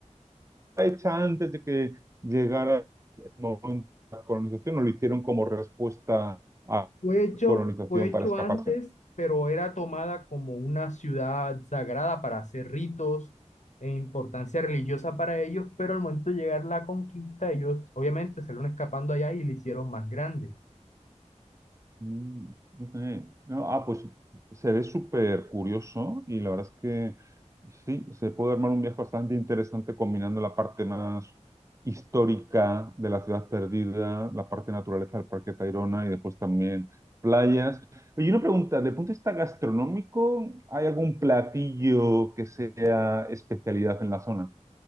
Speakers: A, on the right; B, on the left.
A: hecha antes de que llegara el momento de la colonización, o lo hicieron como respuesta a
B: Fue hecho,
A: la colonización
B: fue hecho
A: para escaparse.
B: antes, pero era tomada como una ciudad sagrada para hacer ritos e importancia religiosa para ellos, pero al momento de llegar la conquista, ellos obviamente se fueron escapando allá y le hicieron más grande.
A: Mm, ok. No, ah, pues se ve súper curioso y la verdad es que sí, se puede armar un viaje bastante interesante combinando la parte más histórica de la ciudad perdida, la parte naturaleza del Parque Tayrona y después también playas. Y una pregunta, ¿de punto de vista gastronómico, hay algún platillo que sea especialidad en la zona?